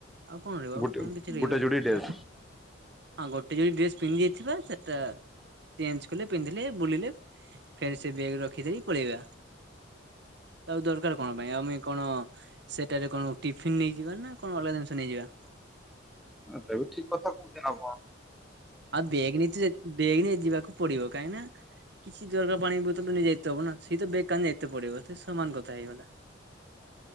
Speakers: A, on the right; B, in the centre.
A: ଆଉ କଣ ରହିବ ଆଉ
B: ଗୋଟେ
A: କଣ କିଛି ରହିବାର
B: ଗୋଟେ
A: ନାଇଁ
B: ଯୋଡି ଡ୍ରେସ
A: ହଁ ଗୋଟେ ଯଦି ଡ୍ରେସ ପିନ୍ଧି ଥିବା ସେଟା ଚେଞ୍ଜ କଲେ ପିନ୍ଧିଲେ ବୁଲିଲେ ଫେର ସେ ବେଗ ରଖିଦେଇ ପଳେଇବା ଆଉ ଦରକାର କଣ ପାଇଁ ଆମେ କଣ ସେଟାରେ କଣ ଟିଫିନ ନେଇଯିବା ନା କଣ ଅଲଗା ଜିନିଷ ନେଇଯିଵା?
B: ଏ ଟା ବି ଠିକ କଥା କହୁଛନ୍ତି ଆଉ କଣ
A: ଆଉ ବେଗ୍ ତ ବେଗ୍ ଯିବାକୁ ପଡିବ କାଇହିଁକି ନା କିଛି ଦରକାର ପାଣି ବୋତଲ ନେଇଯାଇ ଥିବ ନା ସେଇ ତ ବେଗ କାନେଇତେ ପଡିବ ସେ ସମାନ କଥା ହେଇଗଲା।